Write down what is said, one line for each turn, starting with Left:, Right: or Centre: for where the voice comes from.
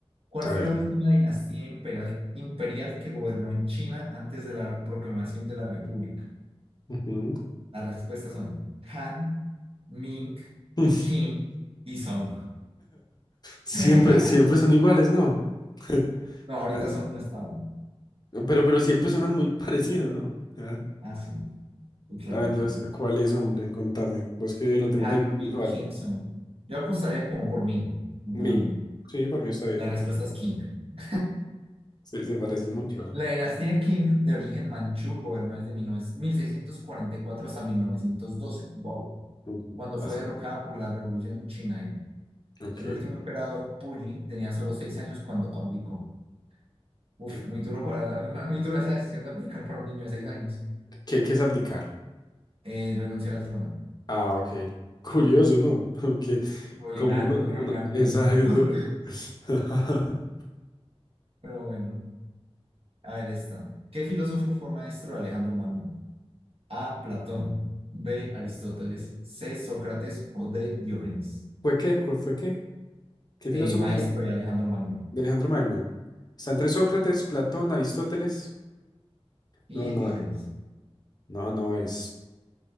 Right: ¿Cuál
Left: A
Right: fue
Left: ver.
Right: la última dinastía imperial, imperial que gobernó en China antes de la proclamación de la República?
Left: Ujú.
Right: Las respuestas son Han, Ming,
Left: <laughs>
Right: Qing y Song.
Left: Siempre,
Right: <laughs>
Left: siempre son iguales, ¿no? <laughs>
Right: No, ahorita
Left: As-
Right: Song no estaba.
Left: Pero, pero siempre suenan muy <laughs> parecidos, ¿no? Ajá.
Right: Ah, sí. Claro,
Left: A ver, entonces,
Right: claro.
Left: ¿cuál es, hombre? Contame. Vos que lo tenés
Right: Hank
Left: ahí más
Right: Min
Left: visual.
Right: King Song. Yo apostaría como por Ming. No
Left: Mi.
Right: gana Ming.
Left: Sí, por mí está bien.
Right: La respuesta es King. <laughs>
Left: Sí, se parecen mucho.
Right: La dinastía King de origen manchú gobernó desde 19 1644 hasta 1912. Wow.
Left: Ujú,
Right: Cuando
Left: Bastante.
Right: fue derrocada por la Revolución China. Y
Left: Ok,
Right: El último emperador, Puyi, tenía solo seis años cuando abdicó. Uf,
Left: ok.
Right: muy duro para- <laughs> muy dura esa decisión de abdicar para un niño de seis años.
Left: ¿Qué, qué es abdicar?
Right: Eh, renunciar al trono.
Left: Ah, ok. Curioso, ¿no? <laughs> Porque
Right: Lo obligaron,
Left: como uno,
Right: lo
Left: uno...
Right: obligaron
Left: Exacto.
Right: al niño.
Left: <laughs>
Right: <laughs> Pero bueno. A ver esta. ¿Qué filósofo fue maestro de Alejandro Magno? A. Platón. B. Aristóteles. C. Sócrates o D. Diógenes.
Left: ¿Fue qué? ¿Cu- ¿Fue qué? ¿Qué filósofo
Right: Eh, maestro
Left: fue?
Right: de Alejandro Magno
Left: De Alejandro Magno. Está entre Sócrates, Platón, Aristóteles.
Right: y
Left: No, no,
Right: Diógenes.
Left: eh. no, no es.